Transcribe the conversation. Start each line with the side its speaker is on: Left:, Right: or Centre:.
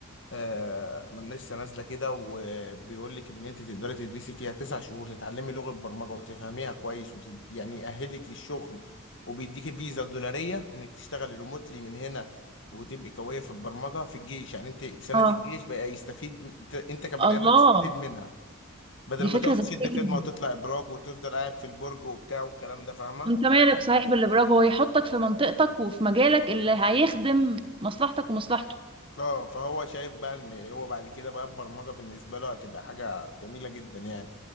Left: آه، من لسه نازله كده وبيقول لك ان انت تقدري تدرسي فيها تسع شهور تتعلمي لغه برمجه وتفهميها كويس وتد... يعني يأهلك للشغل وبيديكي فيزا دولاريه انك تشتغلي ريموتلي من هنا وتبقي قويه في البرمجه في الجيش يعني انت سنه
Right: اه
Left: الجيش بقى يستفيد انت إنت كبني
Right: الله
Left: ادم تستفيد منها بدل
Right: دي فكره
Left: ما تقف
Right: ذكيه
Left: تشد
Right: جدا
Left: خدمه وتطلع ابراج وتفضل قاعد في البرج وبتاع والكلام ده فاهمه
Right: انت مالك صحيح بالابراج هو يحطك في منطقتك وفي مجالك اللي هيخدم مصلحتك ومصلحته
Left: اه فهو شايف بقى ان هو بعد كده بقى البرمجه بالنسبه له هتبقى حاجه جميله جدا يعني